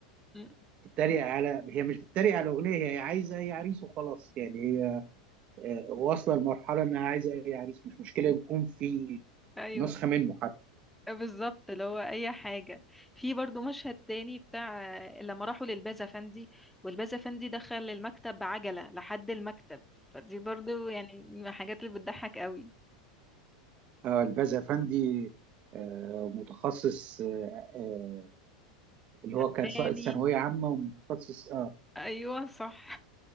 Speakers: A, in the centre; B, on the right.
A: م.
B: بتتريق على هي مش بتتريق على الأغنية هي عايزة أي عريس وخلاص يعني هي آه، واصلة لمرحلة إنها عايزة أي عريس مش مشكلة يكون في
A: ايوه
B: نسخة منه حتى
A: آه، بالظبط اللي هو اي حاجة في برضو مشهد تاني بتاع آه، لما راحوا للباز افندي والباز افندي دخل المكتب بعجلة لحد المكتب فدي برضو يعني من الحاجات اللي بتضحك قوي
B: آه الباز أفندي آه، متخصص آه آه، اللي
A: تباني
B: هو كان ساقط ثانويه عامه ومتخصص اه
A: ايوه صح